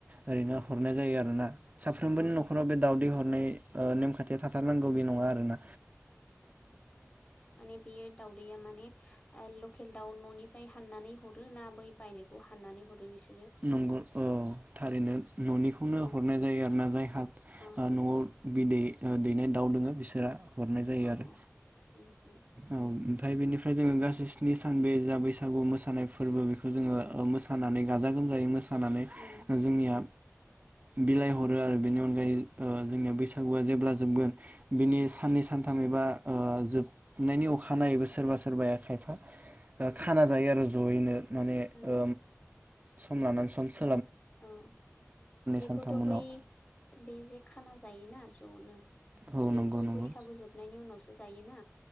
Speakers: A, on the right; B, on the left.
A: ओरैनो हरनाय जायो आरो ना साफ्रोमबोनि
B: अ
A: न'खराव बे दावदै हर बे नेमखथिया थाथारनांगौ बे नङा आरो ना?
B: माने बेयो दावदैया माने लकेल दाउ न'निफ्राय हाननानै हरो ना बै बायनायखौ हाननानै हरो बिसोर
A: नंगौ थारैनो न'निखौनो
B: औ
A: हरनाय जायो आरोना जायहा
B: अ
A: न'आव बिदै दैनाय दाउ दोङो बिसोरा हरनाय जायो
B: अ
A: आरो।
B: उम उम
A: ओमफ्राय बेनिफ्राय जोङो गासै स्नि सान बे जा बैसागु मोसानाय फोरबो बेखौ जोङो मोसानानै गाजा जानानै
B: उम
A: जोंनिया बिलाइ हरो आरो बेनि अनगायै जोंनिया बैसागुआ जेब्ला जोबगोन बिनि साननै सानथाम एबा जोबनायनि अखानायैबो सोरबा सोरबाया खायफा खाना जायो आरो जयैनो माने
B: उम
A: औ सम लानानै सम स
B: औ बेखौथ'
A: सानथाम उनाव
B: बै बे जे खाना जायोना ज' नो
A: औ
B: बेथ'
A: नंगौ नंगौ
B: बैसागु जोबनायनि उनावसो जायोना